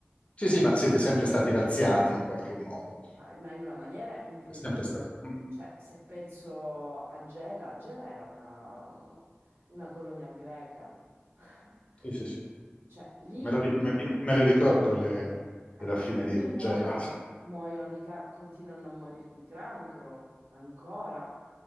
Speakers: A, on the left; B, on the right.
A: Sì, sì, ma siete sempre stati razziati in qualche modo.
B: ma, ma in una maniera incredibile.
A: È sempre stato... mm,
B: Cioè, se penso a Gela, Gela era una, una colonia greca. <laughs>
A: Sì, sì, sì.
B: Cioè, lì
A: Me lo ri- me- io me le ricordo le,
B: Eh,
A: le raffinerie
B: ma lì
A: di
B: muoiono,
A: Gela. sì.
B: muoiono di ca- continuano a morire di cancro ancora.